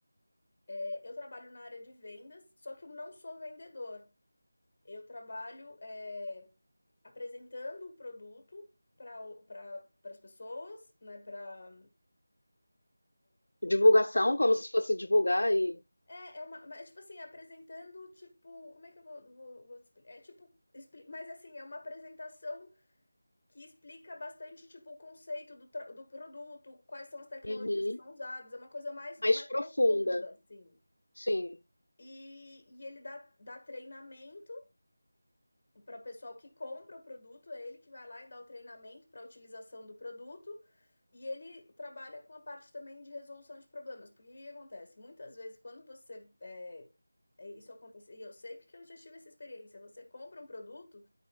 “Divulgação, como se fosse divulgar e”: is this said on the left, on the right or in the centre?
Left